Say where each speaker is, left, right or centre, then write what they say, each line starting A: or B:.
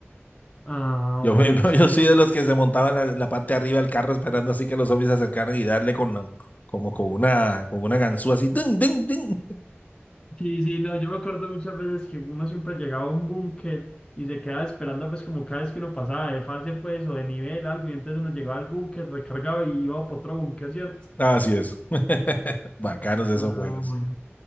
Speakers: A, on the left (about 15°); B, on the left (about 35°).
A: Ah,
B: Yo,
A: bueno,
B: me- <laughs>
A: excelente.
B: yo soy de los que se montaban la, la parte de arriba del carro esperando así que los zombies se acercaran y darle con la- como con una con una ganzúa así. ¡ding, ding, ding!
A: Sí, sí, no, yo me acuerdo muchas veces que uno siempre llegaba a un búnker y se quedaba esperando, pues, como cada vez que uno pasaba de fase, pues, o de nivel, algo, y entonces uno llegaba al búnker, recargaba y iba para otro búnker, ¿cierto?
B: Así es. <laughs> Bacanos esos
A: Ah,
B: juegos.
A: bueno.